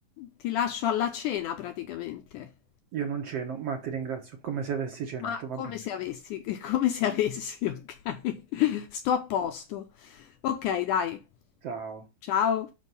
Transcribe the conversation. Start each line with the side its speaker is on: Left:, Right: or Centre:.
Left: ti lascio alla cena praticamente.
Right: Io non ceno, ma ti ringrazio, come se avessi cenato,
Left: Ma
Right: va
Left: come
Right: bene.
Left: se avessi, <laughs> come se avessi, ok? <laughs> Sto a posto. Ok, dai,
Right: Ciao.
Left: ciao.